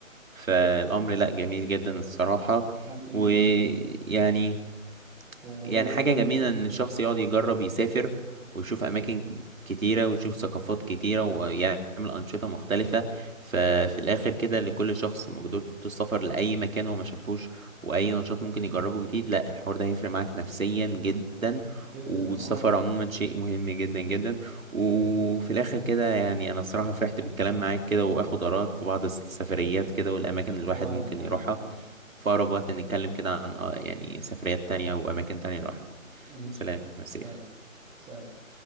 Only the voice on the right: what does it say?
فالأمر لا جميل جدا الصراحة
ويعني
يعني حاجة جميلة إن الشخص يقعد يجرب يسافر ويشوف أماكن كتيرة ويشوف ثقافات كتيرة ويعمل أنشطة مختلفة ففي الآخر كده لكل شخص مقدرة السفر لأي مكان هو ما شافوش وأي نشاط ممكن يجربه جديد لا الحوار ده هيفرق معاك نفسيا جدا
والسفر
عموما شيء مهم جدا جدا وفي الآخر كده يعني أنا الصراحة فرحت بالكلام معاك كده وآخد آرائك في بعض السفريات كده والأماكن اللي
الواحد ممكن
يروحها
في أقرب وقت نتكلم كده عن آه، يعني سفريات تانية وأماكن تانية نروحها
سلام
يا سيف